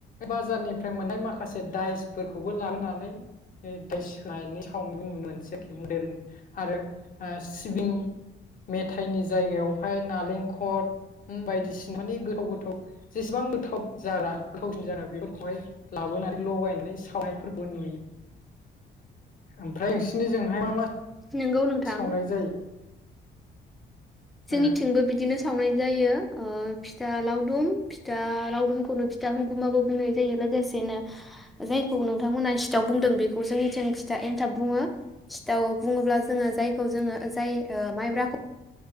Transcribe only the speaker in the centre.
नोंगौ नोंथां।
जोंनि
थिथिंबो बिदिनोस सावनाय जायो फिथा लावदुम फिथा लावदुमखौनो फिथा हुगुमाबो बुंनाय जायो लोगोसेनो जायखौ नोंथांमोना सिथाव बुंदों बेखौ जोंनिथिं फिथा एनथाब बुङो सिथाव बुङोब्ला जोङो जाय खौ जोङो जाय माइब्राखौ